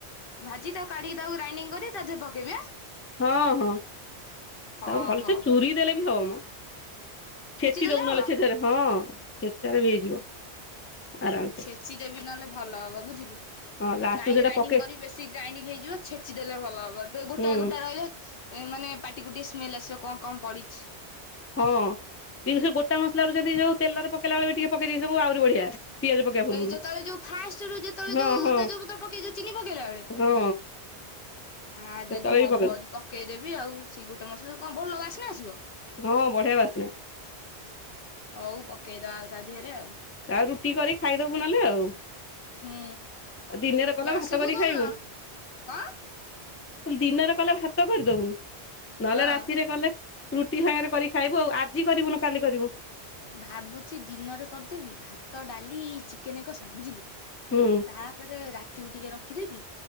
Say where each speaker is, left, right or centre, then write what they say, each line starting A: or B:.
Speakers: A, on the left; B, on the left.
A: ଭାଜିକି ତାକୁ କାଢିକି ତାକୁ ଗ୍ରାଇଣ୍ଡିଙ୍ଗ କରି ତାଧେରେ ପକେଇବି ଆଁ।
B: ହଁ ହଁ
A: ହଉ
B: ତାକୁ ଭଲସେ
A: ହଉ।
B: ଚୁରି ଦେଲେ ବି ହବ ମଁ। ଛେଚି
A: ଦେଲେ
B: ଦବୁ ନହେଲେ
A: ହବ
B: ଛେଚାରେ ହଁ ଛେଚାରେ ବି ହେଇଯିବ। ଆରାମସେ
A: ଛେଚି ଦେବି ନହେଲେ ଭଲ ହବ ବୁଝିଲୁ।
B: ହଁ ଲାଷ୍ଟକୁ
A: କାଇଁ
B: ସେଇଟା
A: ଗ୍ରାଇଣ୍ଡିଙ୍ଗ
B: ପକେ
A: କରିବି ବେଶୀ ଗ୍ରାଇଣ୍ଡିଙ୍ଗ ହେଇଯିବ ଛେଚି ଦେଲେ ଭଲ ହବ ଦେ ଗୋଟାଏ
B: ହୁଁ
A: ଗୋଟାଏ ରହିଲେ ଏ ମାନେ ପାଟିକୁ ଟିକେ ସ୍ମେଲ ଆସିବ କଣ କଣ ପଡ଼ିଛି।
B: ହଁ ଟିକେ ସେ ଗୋଟା ମସଲା ରୁ ଯଦି ଯୋଉ ତେଲରେ ପକେଇଲା ବେଳେ ବି ଟିକେ ପକେଇ ଦେଇଥିବୁ ଆହୁରି ବଢିଆ। ପିଆଜ ପକେଇବା ପୂର୍ବରୁ।
A: ଏଇ ଯେତେବେଳେ ଯୋଉ ଫାଷ୍ଟରୁ ଯେତେବେଳେ
B: ହଁ
A: ଯୋଉ
B: ହଁ
A: ତେଜପତ୍ର ପକେଇଛୁ ଚିନି ପକେଇଲା ବେଳେ!
B: ହଁ
A: ଆ
B: ସେତେବେଳେ
A: ଯଦି ହବ
B: ବି ପକେଇବୁ
A: ଯଦି ପକେଇଦେବି ଆଉ। ସେଇ ଗୋଟା ମାସଲାରୁ କଣ ଭଲ ବାସ୍ନା ଆସିବ?
B: ହଁ ବଢିଆ ବାସ୍ନା।
A: ହଉ ପକେଇଦବା ଆଉ ତା ଦିହରେ ଆଉ।
B: ଆଉ ରୁଟି କରି ଖାଇଦବୁ ନହେଲେ ଆଉ ଆଉ
A: ହୁଁ
B: ଦିନରେ କଲେ
A: ତୁ ଆସିବୁ
B: ଭାତ କରି
A: କଉନ,
B: ଖାଇବୁ
A: କଁ?
B: ଦିନରେ କଲେ ଭାତ କରିଦବୁ, ନହେଲେ
A: ହଁ
B: ରାତିରେ କଲେ ରୁଟି ସାଙ୍ଗରେ କରିକି ଖାଇବୁ ଆଉ ଆଜି କରିବୁନ କାଲି କରିବୁ।
A: ଭାବୁଛି ଦିନରେ କରିଦେବି ଭାତ ଡାଲି ଚିକେନ କଷା ବୁଝିଲୁ!
B: ହୁଁ।
A: ତାପରେ ରାତିକୁ ଟିକେ ରଖିଦେବି